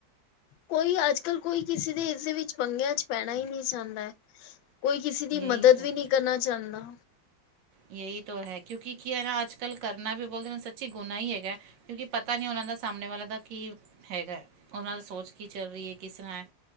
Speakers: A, on the left; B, on the right.
A: ਕੋਈ ਅੱਜ ਕੱਲ ਕੋਈ ਕਿਸੇ ਦੇ ਇਸਦੇ ਵਿੱਚ ਪੰਗਿਆਂ 'ਚ ਪੈਣਾ ਈ ਨ੍ਹੀਂ ਚਾਂਦਾ। ਕੋਈ ਕਿਸੇ ਦੀ
B: ਯਹੀ
A: ਮਦਦ
B: ਤੋਂ
A: ਵੀ ਨਈ ਕਰਨਾ ਚਾਂਦਾ।
B: ਯਹੀ ਤੋ ਹੈ, ਕਿਉਂਕਿ ਕੀ‌‌ਹੇ ਦਾ ਆਜ ਕੱਲ ਕਰਨਾ ਵੀ ਬੋਲਦੇ ਸੱਚੀ ਗੁਨਾ ਈ ਹੈਗਾ। ਕਿਉਂਕਿ ਪਤਾ ਨੀ ਓਨਾਂ ਦਾ ਸਾਮਣੇ ਵਾਲਿਆਂ ਦਾ ਕਿ- ਹੈਗਾ, ਓਨਾਂ ਦੀ ਸੋਚ ਕੀ ਚੱਲ ਰਹੀ ਏ, ਕਿਸ ਤਰ੍ਹਾਂ ਐ।